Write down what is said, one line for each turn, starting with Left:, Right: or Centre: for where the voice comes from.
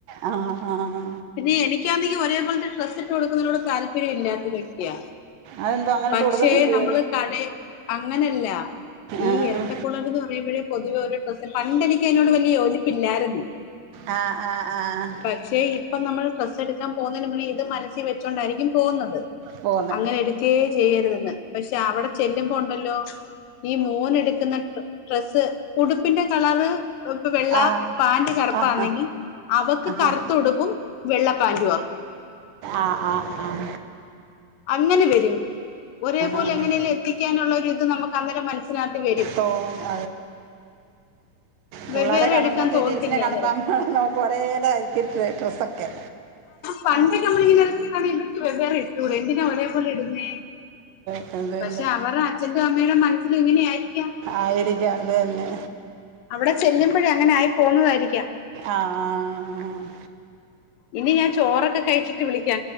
Right: ആ ആ ആ.
Left: ഇനി എനിക്കാന്നെങ്കി ഒരേപോലത്തെ ഡ്രസ്സ് ഇട്ട് കൊടുക്കുന്നതിനോട് താല്പര്യം ഇല്ലാത്ത വ്യക്തിയാ
Right: അതെന്തോ അങ്ങോട്ട്
Left: പക്ഷേ
Right: കൊടുക്കത്തില്ലയോ
Left: നമ്മള് കട അങ്ങനല്ല ഈ
Right: ആ
Left: ഇരട്ടപ്പുളർക്ക്‌ എന്ന് പറയുമ്പോഴേ പൊതുവെ ഒരു പണ്ടെനിക്കയ്നോട് വൽ യോജിപ്പില്ലായിരുന്നു.
Right: ആഹ് ആഹ് ആഹ്
Left: പക്ഷെ ഇപ്പം നമ്മൾ ഡ്രസ്സ്‌ എടുക്കം പോന്നതിനുമ്പ് ഇത് മനസ്സിൽ വെച്ചോണ്ടായിരിക്കും പോകുന്നത്
Right: പോന്ന്
Left: അങ്ങനെ എടുക്കേ ചെയ്യരുതന്ന് പക്ഷെ അവിടെ ചെല്ലുമ്പോ ഉണ്ടല്ലോ ഈ മോന് എടുക്കുന്ന ഡ്രസ്സ് ഉടു ന്റെകളർ വെള്ള
Right: ആഹ്
Left: പാന്റ് കറുപ്പാണെങ്കിൽ
Right: ആഹാ ആഹാ
Left: അവക്ക് കറുത്തഉടുപ്പും
Right: ആഹ്
Left: വെള്ള പാന്റും ആ
Right: ആഹ് ആഹ് ആഹ് ആഹ
Left: അങ്ങനെ വരും ഒരേപോലെ
Right: ആഹ്
Left: എങ്ങനെ ലെ എത്തിക്കാനുള്ള ഒരു ഇത് നമുക്ക് അന്നേരം മനസ്സിനത്ത് വരും
Right: തോന്നും പുള്ളേരേ
Left: വെവ്വേറെ
Right: കാണുമ്പോ
Left: എടുക്കാൻ
Right: നമ്മക്ക്
Left: തോന്നത്തില്ല
Right: ട്വിൻസിനെ കാണുമ്പോ
Left: അന്നേരം.
Right: നമ്മ ഒരേലയിരിക്കു ഡ്ര ഡ്രെസൊക്കെ
Left: പണ്ട് നമ്മൾ ഈ <unintelligible> ഇവർക്ക് വെവ്വേറെ ഇട്ടൂടൂ എന്തിനാ ഒരേപോലെ ഇടുന്നേ
Right: അതു തന്നെ
Left: പക്ഷെ അവരുടെ അച്ഛന്റെ അമ്മയുടെ മനസ്സിലും ഇങ്ങനെ ആയിരിക്കാം
Right: ആയിരിക്കാം അത് തന്നെ
Left: അവിടെ ചെല്ലുമ്പോഴേ അങ്ങനെ ആയി പോകുന്നതായിരിക്കാം
Right: ആ ആ ആ
Left: ഇനി ഞാൻ ചോറൊക്കെ കഴിച്ചിട്ട് വിളി